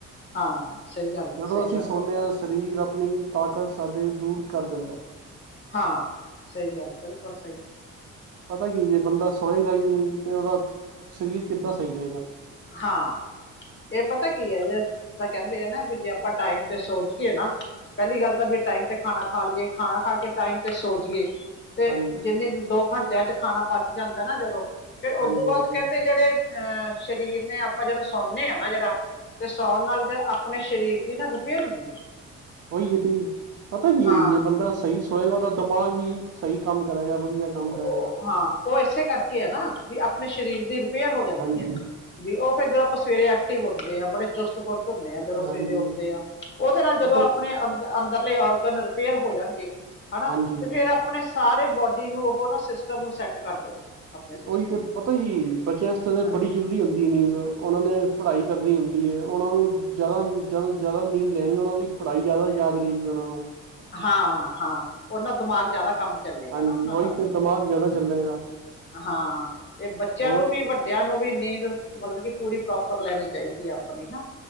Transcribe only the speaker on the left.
ਹਾਂ ਸਹੀ ਗੱਲ ਹੈ
ਸਹੀ
ਗੱਲ
ਹੈ
ਹਾਂ ਸਹੀ ਗੱਲ ਬਿਲਕੁਲ ਸਹੀ ਗੱਲ ਹੈ
ਹਾਂ ਇਹ ਪਤਾ ਕੀ ਹੈ ਜੇ ਤਾਂ ਕਹਿੰਦੇ ਆ ਨਾ ਵੀ ਜੇ ਆਪਾਂ ਟਾਈਮ ਤੇ ਸੋ ਜੀਏ ਨਾ ਪਹਿਲੀ ਗੱਲ ਤਾਂ ਵੀ ਟਾਈਮ ਤੇ ਖਾਣਾ ਖਾ ਲਈਏ ਖਾਣਾ ਖਾ ਕੇ ਟਾਈਮ ਤੇ ਸੋ ਜਾਈਏ ਤੇ
ਜਿੰਨੀ ਦੋ ਘੰਟਿਆਂ 'ਚ ਖਾਣਾ ਪਚ ਜਾਂਦਾ ਨਾ ਜਦੋਂ ਫਿਰ ਉਦੋਂ
ਬਾਅਦ
ਕਹਿੰਦੇ ਜਿਹੜੇ ਅਹ ਸਰੀਰ ਨੇ ਆਪਾਂ ਜਦੋਂ ਸੌਂਦੇ ਹਾਂ ਨਾ ਜਿਹੜਾ ਤੇ ਸੌਣ ਨਾਲ ਜ ਆਪਣੇ ਸਰੀਰ ਦੀ ਨਾ ਰਿਪੇਅਰ ਹੁੰਦੀ ਹੈ
ਹਾਂ
ਉਹ ਹਾਂ ਉਹ ਇਸੇ ਕਰਕੇ ਹੈ ਨਾ ਵੀ ਆਪਣੇ ਸਰੀਰ ਦੀ ਰਿਪੇਅਰ ਹੋ ਜਾਂਦੀ
ਹੈ ਏ ਵੀ ਉਹ ਫੇਰ ਜਦੋਂ ਆਪਾਂ ਸਵੇਰੇ ਐਕਟਿਵ ਹੁੰਦੇ ਆ ਬੜੇ ਚੁਸਤ ਫੁਰਤ ਧੁਰਨੇ ਆ ਜਦੋਂ ਸਵੇਰੇ
ਉੱਠਦੇ ਆ ਉਹਦੇ ਨਾਲ
ਜਦੋਂ ਆਪਣੇ ਅੰਦਰ ਅੰਦਰਲੇ ਔਰਗਨ ਰਿਪੇਅਰ ਹੋ ਜਾਣਗੇ ਹਨਾ
ਤੇ ਫੇਰ ਆਪਣੇ ਸਾਰੇ ਬੋਡੀ ਨੂੰ ਉਹ ਨਾ ਸਿਸਟਮ ਨੂੰ ਸੈੱਟ ਕਰ ਦੇਣਗੇ ਆਪਣੇ ਸਿਸਟਮ
ਨੂੰ
ਹਾਂ
ਹਾਂ, ਹਾਂ ਉਹਨਾਂ ਦਿਮਾਗ ਜ਼ਿਆਦਾ ਕੰਮ ਚੱਲੇਗਾ
ਨਾ ਉਹਨਾਂ
ਦਾ
ਹਾਂ ਇਹ ਬੱਚਿਆਂ
ਨੂੰ ਵੀ ਵੱਡਾ ਵੱਡਿਆਂ ਨੂੰ ਵੀ ਨੀਂਦ ਮਤਲਬ ਕਿ ਪੂਰੀ ਪ੍ਰੋਪਰ ਲੈਣੀ ਚਾਹੀਦੀ ਹੈ ਆਪਣੀ ਨਾ